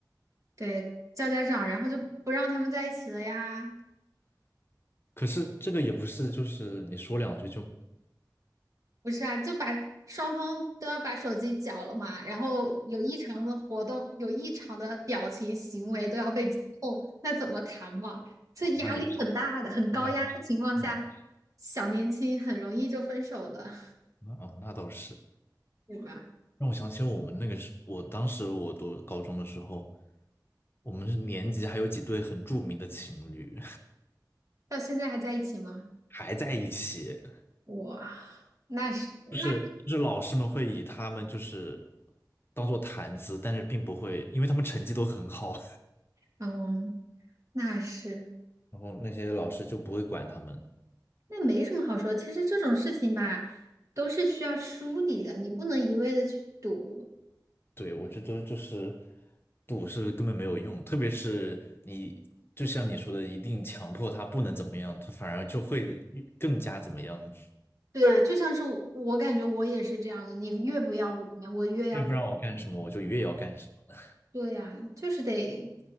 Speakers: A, on the right (about 50°); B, on the left (about 30°).
A: 对，叫家长，然后就不让他们在一起了呀。
B: 可是这个也不是就是你说两句就
A: 不是啊，就把双方都要把手机缴了嘛，然后有异常的活动，有异常的表情行为都要被监控，那怎么谈嘛？这压力很大的，
B: 哦，那也是，
A: 很高压的情况下，
B: 那也是，那也是，
A: 小年轻很容易就分手了，
B: 那哦，那倒是，
A: 对吧？
B: 让我想起我们那个时，我当时我读高中的时候，我们是年级还有几对很著名的情侣
A: 到现在还在一起吗？
B: <laughs> 还在一起，
A: 哇，那是那
B: 就是就是老师们会以他们就是当做谈资，但是并不会，因为他们成绩都很好，
A: 嗯，那是
B: <laughs> 然后那些老师就不会管他们，
A: 那没什么好说。其实这种事情吧，都是需要梳理的，你不能一味的去赌。
B: 对，我觉得就是赌是根本没有用，特别是你就像你说的，一定强迫他不能怎么样，他反而就会更加怎么样。
A: 对呀，就像是我，我感觉我也是这样的。你越不要我怎么样，我越要怎么。
B: 越不让我干什么，我就越要干什么。
A: 对呀，就是得